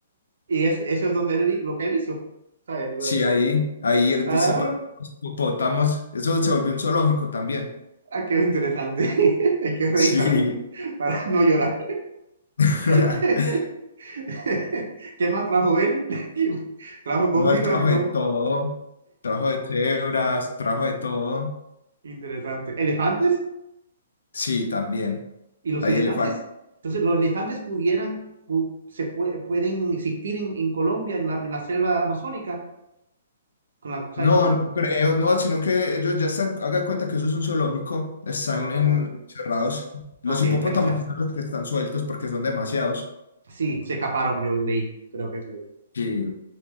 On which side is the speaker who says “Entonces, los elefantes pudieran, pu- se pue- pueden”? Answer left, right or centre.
Right